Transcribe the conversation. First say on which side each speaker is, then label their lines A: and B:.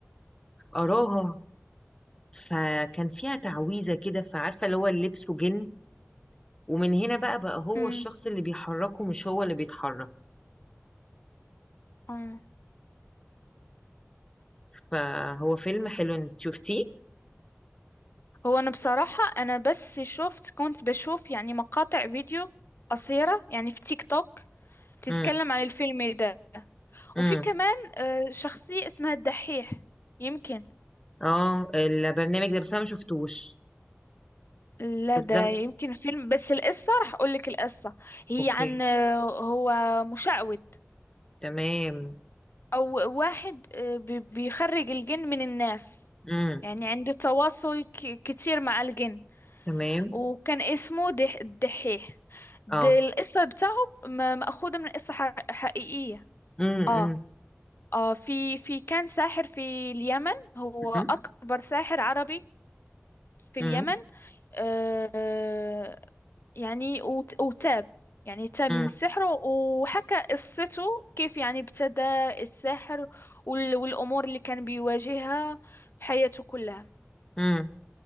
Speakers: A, on the left; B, on the left.
A: قراها فكان فيها تعويذة كده فعارفة اللي هو لبسه جن ومن هنا بقى بقى هو
B: امم
A: الشخص اللي بيحركه مش هو اللي بيتحرك
B: اه
A: فهو فيلم حلو انت شفتيه؟
B: هو انا بصراحة انا بس شفت كنت بشوف يعني مقاطع فيديو قصيرة يعني في تيك توك تتكلم
A: امم
B: عن الفيلم ده
A: امم
B: وفي كمان آه، شخصية اسمها الدحيح يمكن
A: اه البرنامج ده بس انا ما شفتوش
B: لا
A: بس
B: ده
A: ده
B: يمكن فيلم بس القصة راح اقول لك القصة هي
A: اوكي
B: عن آه، هو مشعوذ
A: تمام
B: او واحد آه، بي- بيخرج الجن من الناس
A: امم
B: يعني عنده تواصل ك- كتير مع الجن
A: تمام
B: وكان اسمه دح الدحيح ده
A: اه
B: القصة بتاعه م- مأخوذة من قصة ح- حقيقية
A: امم
B: اه
A: امم
B: اه في في كان ساحر في اليمن هو
A: امم
B: أكبر ساحر عربي في
A: امم
B: اليمن آه يعني وت- وتاب يعني تاب
A: امم
B: من السحر وحكى قصته كيف يعني ابتدى السحر وال- والأمور اللي كان بيواجهها في حياته كلها
A: امم.